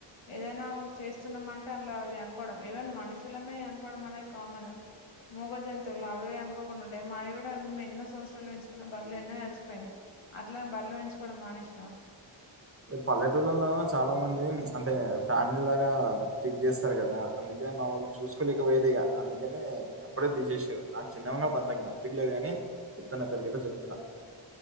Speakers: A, on the left; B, on the right.
A: ఏదైనా చేస్త స్తున్నా అంటే అందులో అవి అనపడం ఈవెన్ మనుషులమే అనపడం అనేది కామన్ మూగ జంతువులు అవి అనుకోకుండా ఉంటాయి మావి కూడా మేము ఎన్నో సంవత్సరాలు ఎంచుకున్నా బ్రలు ఎన్నో అయాచిపోయినాయి అట్లని బర్లో పెంచుకోవడం మానేస్నామ
B: పల్లెటూళ్లలో చాలా మంది అంటే ఫ్యామిలీ లాగా టక్ చేస్తారు కదా అందుకే మా వాళ్ళు చూసుకోలేక పోయదిేగా అందుకనే అప్పుడే తీసేసారు నాకు చిన్న ఉన్నడుందా అర్ధంకాలే పెళ్ళయానే గుర్తున్నావారకైతే చెప్తున్నా